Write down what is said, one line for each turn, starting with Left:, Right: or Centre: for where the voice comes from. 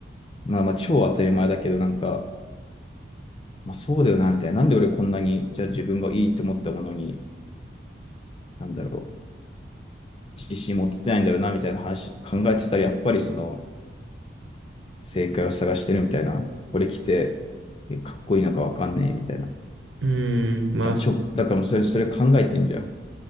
Left: まあまあ超当たり前だけど、なんか、まあそうだよな、みたいな。なんで俺こんなに、じゃあ自分がいいと思ったものに、なんだろう。自信持ってないんだろうな、みたいな話考えてたら、やっぱりその、正解を探してるみたいな。これ着て、かっこいいのかわかんねえ、みたいな。い
Right: うん。まあ、
Left: や、ちょ、だからもうそれ、それ考えてんじゃん。